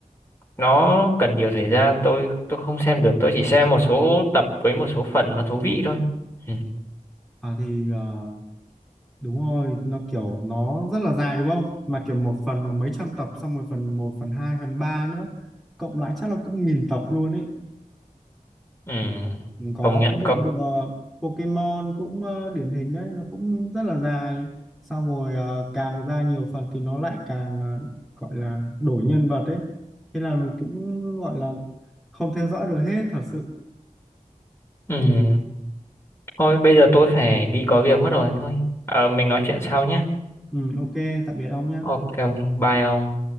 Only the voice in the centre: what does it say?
à thì ờ, đúng rồi nó kiểu nó rất là dài đúng không mà kiểu một phần mà mấy trăm tập xong rồi phần một phần hai phần ba nữa cộng lại chắc là cũng nghìn tập luôn ấy
có
cái bộ
đùa Pokemon cũng ờ, điển hình đấy nó cũng rất là dài xong rồi ờ, càng ra nhiều phần thì nó lại càng ờ, gọi là đổi nhân vật ấy thế là mình cũng gọi là không theo dõi được hết thật sự
ừ, ok tạm biệt ông nhé